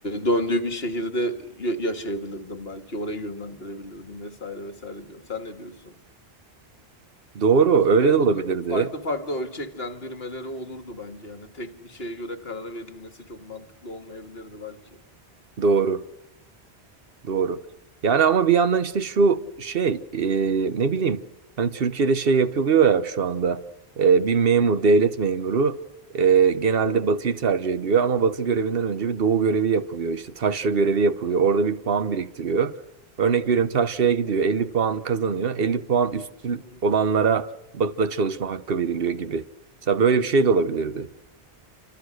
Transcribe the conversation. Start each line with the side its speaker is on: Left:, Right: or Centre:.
Left: döndüğü bir şehirde y- yaşayabilirdim belki. Oraya yönlendirebilirdim vesaire vesaire diyorum. Sen ne diyorsun?
Right: doğru öyle
Left: Hani
Right: de olabilirdi.
Left: bunun farklı farklı ölçeklendirmeleri olurdu bence yani. Tek bir şeye göre karar verilmesi çok mantıklı olmayabilirdi belki.
Right: Doğru. Doğru. Yani
Left: Net.
Right: ama bir yandan işte şu şey e, ne bileyim hani Türkiye'de şey yapılıyor ya şu anda E, bir memur devlet memuru e, genelde
Left: Aha.
Right: batıyı tercih ediyor ama batı görevinden önce bir doğu görevi yapılıyor işte taşra görevi yapılıyor
Left: Tamam.
Right: orada bir puan biriktiriyor. Örnek veriyorum taşraya gidiyor 50 puan kazanıyor 50 puan üstü
Left: Hı. hı.
Right: olanlara batıda çalışma hakkı veriliyor gibi. Mesela böyle bir şey de olabilirdi.